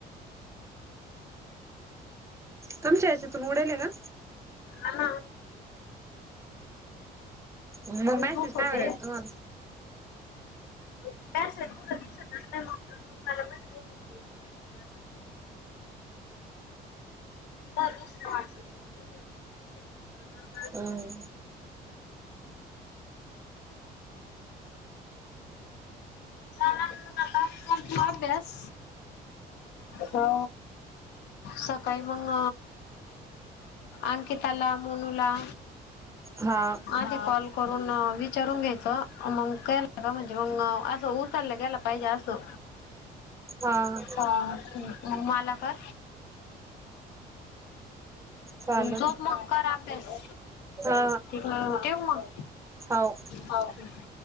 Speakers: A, on the right; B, on the left.
A: कमच्या यायच तुून उडेल का
B: ह
A: मग
B: दोन
A: मॅसेज
B: ग्रुप होते
A: कायर तो
B: तु दिसत अस नाही मग मला मेसेज होती शेवटची तारीख दुसंत
A: हम्
B: करत अभ्यास हो सकाळी मग अंकिताला मोनूला
A: हा
B: अ ते कॉल करून विचारून घ्यायचं मग केला का म्हणजे मग असं उचललं गेयला पाहिजे असं
A: हा
B: अ मालाकर
A: चाल
B: झोप मग कर अभ्यास
A: हा
B: ठीक आहे ठेवू मग
A: हा हो
B: हो हो